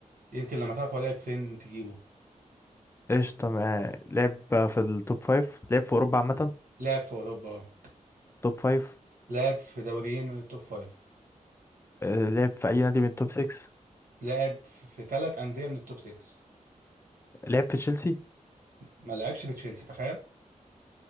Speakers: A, on the right (about 80°); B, on the left (about 20°).
A: يمكن لما تعرف هو لعب فين تجيبه
B: قشطة معاه لعب في التوب فايف لعب في أوروبا عامة
A: لعب في أوروبا آه.
B: توب فايف
A: لعب في دوريين من التوب فايف
B: آه لعب في أي نادي من التوب سكس
A: لعب في ثلاث أندية من التوب 6
B: لعب في تشيلسي
A: ما لعبش في تشيلسي تخيل